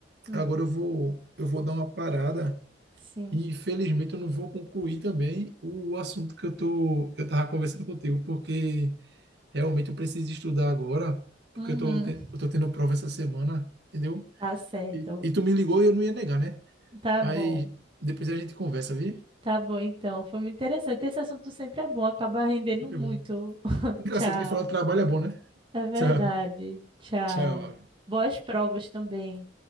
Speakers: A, on the right (about 25°); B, on the right (about 60°).
A: Hum,
B: Agora eu vou, eu vou dar uma parada
A: sim.
B: E infelizmente eu não vou concluir também o assunto que eu tô, que eu tava conversando contigo, porque realmente eu preciso estudar agora, porque
A: Uhum.
B: eu tô, te- eu tô tendo prova essa semana, entendeu?
A: Tá certo.
B: E, e tu me ligou e eu não ia negar, né?
A: Tá
B: Mas
A: bom.
B: depois a gente conversa, viu?
A: Tá bom, então. Foi muito interessante. Esse assunto sempre é bom, acaba rendendo
B: Sempre
A: muito.
B: bom.
A: <laughs>
B: Engraçado
A: Tchau.
B: que falar de trabalho é bom, né?
A: É verdade.
B: Tchau,
A: Tchau.
B: tchau.
A: Boas provas também.